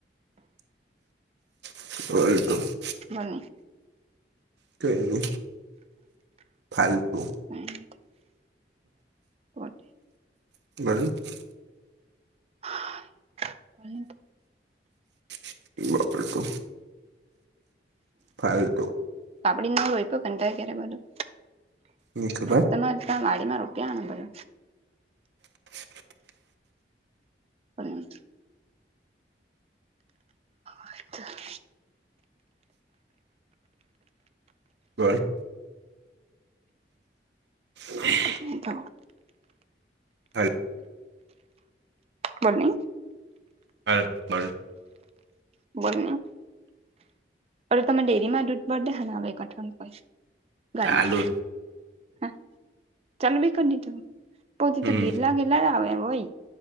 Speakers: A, on the right; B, on the right.
A: <inaudible>
B: બોલ
A: કઈ નય ફાલતુ.
B: <inaudible> પડી બોલ
A: <unintelligible>
B: <inaudible>
A: <unintelligible> ફાલતુ
B: પાપડી ના રોપ્યો ક ક્યારે બોલું
A: ની ખબર
B: તમારે ત્યા વાડીમાં રોપ્યાને
A: <inaudible>
B: હમ. <unintelligible>
A: <unintelligible> હ
B: એ થ
A: હા
B: બો નહી
A: હ બરું
B: બોલ પ તમે ડેરીમાં દૂધ પડ દ હ અવે એકઠવા કોઈ ગાયનું
A: ચાલુ
B: હ ચાલુ બી કરી દીધું પોતે
A: હમ
B: તો ગેરલા ગેરલા જ આવે એ હોય